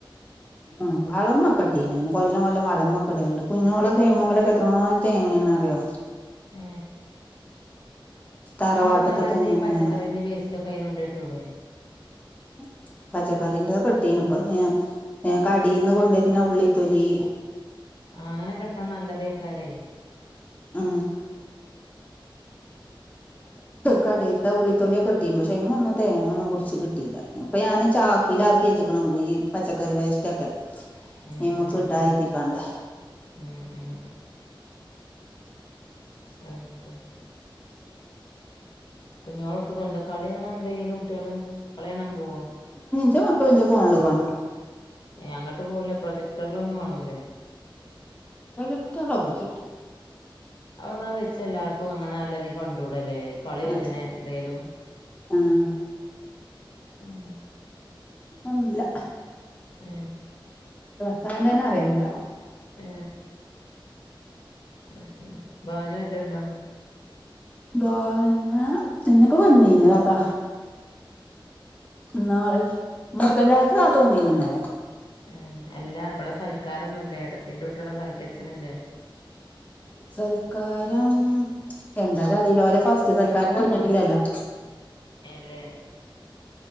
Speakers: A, on the left; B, on the left.
A: ഉ് വളമൊക്കെട്ടീന അന് കൊല്ലം കൊല്ലം വളംക്കെടലുണ്ട് കുഞ്ഞുളക് തേങ്ങുമ്പോക്ക എത്ര തേങ്ങ അറിയോ.
B: ഏ
A: തറവാട്ട്ത്തെ
B: അനക്ക് എന്നാലും അന്റെ
A: തെങ്ങുമ്മെ
B: ഈ പച്ചക്കറന്റെ വേസ്റ്റ് ഒക്കെ അയിനോണ്ടോയിട്ടൂടെ.
A: ഉം പച്ചക്കറീറ കെട്ടീന ഇപ്പ കടീന്ന് കൊണ്ടിരുന്ന ഉള്ളിത്തൊലി
B: ആ അങ്ങനെ കെട്ടാൻ നല്ലതയി ക്കാരെ
A: ആ കടയിലത്തെ ഉള്ളിത്തൊലിയൊക്കകിട്ടിന്ന് പക്ഷേ ഇമേ ഒന്നും തേങ്ങ ഒന്നും പിടിച്ച് കിട്ടിയില്ല ഇപ്പ ഞാന് ചാക്കിലാക്കി ലാക്കി വെച്ചക്കണ് ഈ പച്ചക്കറി വേസ്റ്റ് ഒക്കെ
B: ഉം
A: ഞമ്മക്ക്
B: ഉം
A: ഉണ്ടായതി
B: ഉം
A: കൊണ്ട്
B: ഉം ഉം ആ ശരി കുഞ്ഞോളോടുഅടുത്തുകൊണ്ട് കളിയാണോ എന്തായ്ല് കുട്ടികള് കളികാണാൻ പോവോ
A: എന്റെ മക്കള് എന്റെ ഫോണില് കാണും
B: ഏ അങ്ങോട്ട് പോവൂല്ല പ്രൊ ജക്ടറിലൊന്നും കാണൂലേ
A: പ്രൊജക്ടർ ഒന്നും ഇല്ല
B: അതൊന്നു വെച്ചാ എല്ലാർക്കും അങ്ങനെ നല്ല രീതി കണ്ടുകൂടെ കൂടല് കളി
A: ഏഹ്
B: <unintelligible> എന്തേലും
A: ആഹ്
B: മം
A: ഒന്നുമില്ല
B: ആ
A: ഞാൻ തന്നെ അറിയുന്നില്ല
B: ആ അത് ശരി വാന് വല്ലതുമുണ്ടോ
A: വാന് ഇന്നിപ്പോ വന്നേന്ന്‌ അതാ ഇന്നാളി മൂത്ത <unintelligible> നാത്തൂൻ വന്നെന്ന് ഇന്നലെ
B: ആ അല്ലഇവിടെ സൽക്കാരൊന്നുംഇല്ലേ ഏട്ടത്തിന്റെ കുട്ടികളെ സൽക്കരിച്ചൊന്നും ഇല്ലേ
A: സൽക്കാരം എന്താ കറിയില് ഓലെ അതിഥി സൽക്കാരം കഴഞ്ഞിട്ടില്ലല്ലോ
B: അല്ലേ